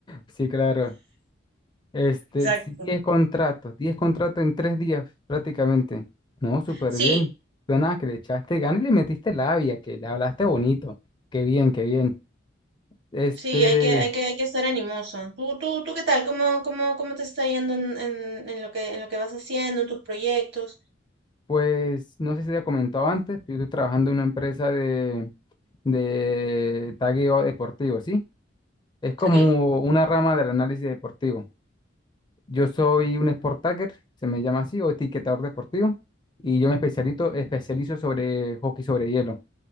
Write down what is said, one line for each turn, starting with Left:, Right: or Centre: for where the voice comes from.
Left: Sí, claro. Este,
Right: Exacto.
Left: sí, 10 contratos, 10 contratos en 3 días prácticamente. No, súper
Right: Sí,
Left: bien. Suena que le echaste ganas y le metiste labia, que le hablaste bonito. Qué bien, qué bien. Este,
Right: sí, hay que, hay que, hay que estar animoso. ¿Tú, tú, tú qué tal? ¿Cómo, cómo, cómo te está yendo en, en, en lo que, en lo que vas haciendo, en tus proyectos?
Left: pues no sé si te había comentado antes, pero yo estoy trabajando en una empresa de, de tagueo deportivo, ¿sí? Es como
Right: Ok.
Left: una rama del análisis deportivo. Yo soy un sport tagger, se me llama así, o etiquetador deportivo, y yo me especialito, especializo sobre hockey sobre hielo.